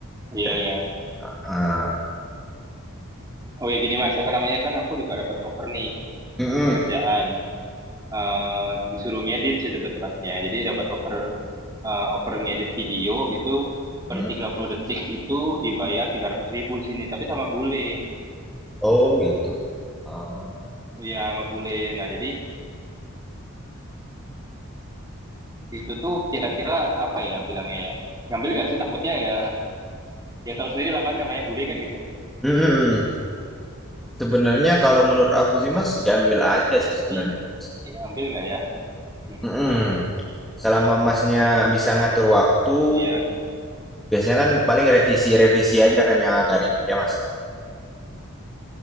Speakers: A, on the right (about 15°); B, in the centre.
A: Iya,
B: dari
A: ya.
B: heeh,
A: Oh ya gini, Mas, apa namanya kan aku juga dapat offer nih
B: mhm
A: kerjaan. Eh disuruh ngedit sih tebet-tebetnya. Jadi dapat offer eh, offer ngedit video gitu
B: mhm.
A: per 30 detik itu dibayar tiga ratus ribu di sini, tapi sama bule.
B: Oh gitu, oh,
A: Iya, sama bule. Nah, jadi itu tuh kira-kira apa ya bilangnya ya ngambil nggak sih takutnya ya ya tahu sendiri lah mas namanya bule kan gitu
B: mhm. Sebenarnya kalau menurut aku sih Mas, diambil aja sih sebenarnya
A: jadi
B: Mas,
A: ambil nggak ya Hmm,
B: mhm. Selama Masnya bisa ngatur waktu,
A: iya
B: biasanya kan paling revisi-revisi aja kan yang agak ribet ya Mas?